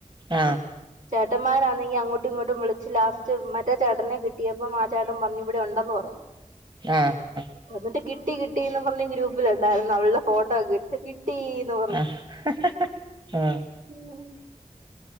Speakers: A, on the right; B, on the right.
A: ആഹ്
B: <unintelligible> അങ്ങോട്ടും ഇങ്ങോട്ടും വിളിച്ച് ലാസ്റ്റ് മറ്റേ ചേട്ടനെ കിട്ടിയപ്പം ആ ചേട്ടൻ പറഞ്ഞ് ഇവിടെ ഉണ്ടെന്ന് പറഞ്ഞു
A: ആഹ് ആഹ്
B: <unintelligible> എന്നിട്ട് കിട്ടി കിട്ടിന്ന് <unintelligible> ഉണ്ടായിരുന്നു അവളുടെ ഫോട്ടോ <unintelligible> കിട്ടീന്ന്
A: ആ ഹ ഹ ഹ
B: <inaudible> <unintelligible>